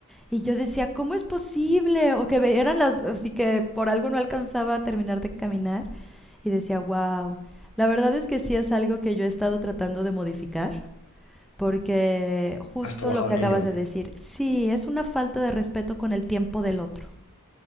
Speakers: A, in the centre; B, on the left.
A: y yo decía, ¿cómo es posible? O que ve- eran las, así que por algo no alcanzaba a terminar de caminar, y decía, wow, la verdad es que sí es algo que yo he estado tratando de modificar, porque justo
B: Has trabajado
A: lo que
B: en
A: acabas
B: ello.
A: de decir, sí, es una falta de respeto con el tiempo del otro.